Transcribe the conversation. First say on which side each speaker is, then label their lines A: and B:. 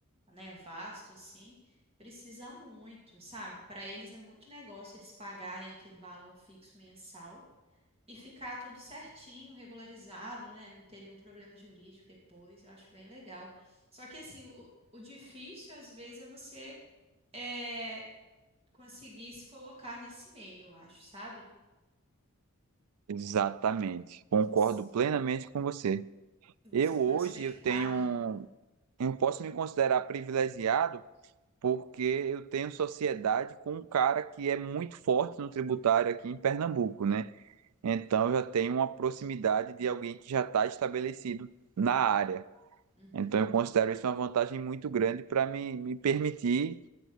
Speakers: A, on the right; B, on the right.
A: né, vasto, assim, precisa muito, sabe? Para eles é muito negócio eles pagarem aquele valor fixo mensal e ficar tudo certinho, regularizado, né? Não ter nenhum problema jurídico depois. Eu acho bem legal. Só que, assim, o, o difícil, às vezes, é você é, conseguir se colocar nesse meio, eu acho, sabe?
B: Exatamente. Concordo
A: Você,
B: plenamente com você.
A: você
B: Eu
A: prospectar,
B: hoje eu tenho,
A: né?
B: eu posso me considerar privilegiado porque eu tenho sociedade com um cara que é muito forte no tributário aqui em Pernambuco, né? Então eu já tenho uma proximidade de alguém que já está estabelecido na área.
A: Uhum.
B: Então eu considero isso uma vantagem muito grande para me, me permitir